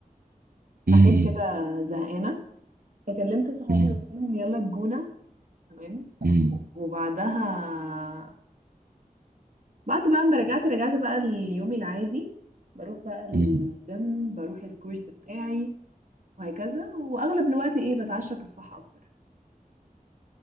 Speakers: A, on the right (about 80°); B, on the right (about 60°).
A: م-
B: صحيت كده زهقانه فكلمت صحابي
A: م-
B: قلت لهم يلا الجونه تمام
A: م-
B: وبعدها بعد بقى ما رجعت رجعت بقى اليوم العادي بروح بقى الجيم
A: م-
B: بروح الكورس بتاعي وهكذا واغلب الوقت ايه بتعشى تفاحة اكتر